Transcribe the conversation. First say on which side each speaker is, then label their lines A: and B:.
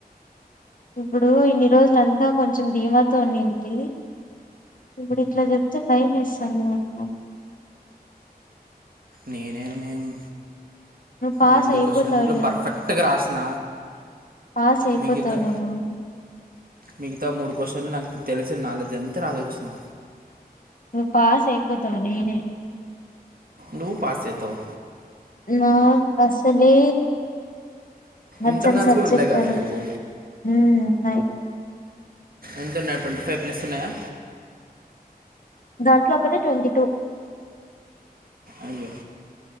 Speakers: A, on the left; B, on the right.
A: ఇప్పుడు ఇన్ని రోజులంతా కొంచెం దిమాతో ఉనింటి ఇప్పుడు ఇట్ల చెప్తే భయం వేస్తుంది నాకు
B: నేనే మేము
A: నువ్వు పాస్
B: రెండు
A: అయిపోతావులే
B: క్వశ్చన్లు పర్ఫెక్ట్గా రాసిన
A: పాస్ అయిపోతావు
B: మిగతా
A: లే నువ్వు
B: మిగతా మూడు క్వశ్చన్లు నాకు తెలిసిన నాలెడ్జ్ ఎంత రాసోచిన్న
A: నువ్వు పాస్ అయిపోతావు నేనే
B: నువ్వు పాస్ అయితవ్
A: నాకు అసలే నచ్చని
B: ఇంటర్నల్స్
A: సబ్జెక్ట్
B: కూడా ఉన్నాయి కదా
A: అది
B: నీకు
A: ఉమ్ ఉన్నాయి
B: ఎంతున్నై ట్వంటీ ఫైవ్ ప్లస్ ఉన్నాయా
A: దాంట్లో ఒకటి ట్వంటీ టూ
B: అయ్యో